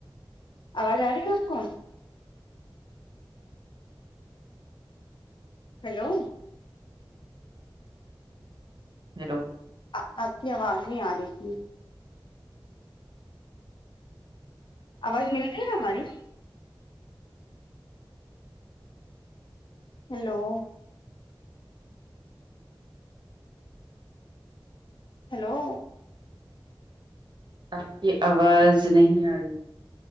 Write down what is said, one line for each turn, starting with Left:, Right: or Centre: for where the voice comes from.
Left: آواز آ رہی ہے آپ کو ہیلو
Right: ہیلو
Left: آ آپ کی آواز نہیں آ رہی تھی آواز مل گی ہے نا ہماری ہیلو ہیلو
Right: آپ کی آواز نہیں آ رہی